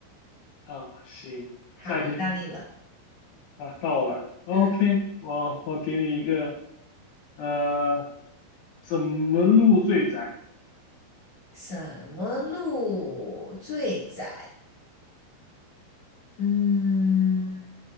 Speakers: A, on the left; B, on the left.
A: 啊，行，
B: 好，
A: 下一题
B: 轮到你了，
A: 啊，到我了。OK，
B: 嗯，
A: 我我给你一个，呃，怎么路最窄？
B: 什么路最窄？嗯，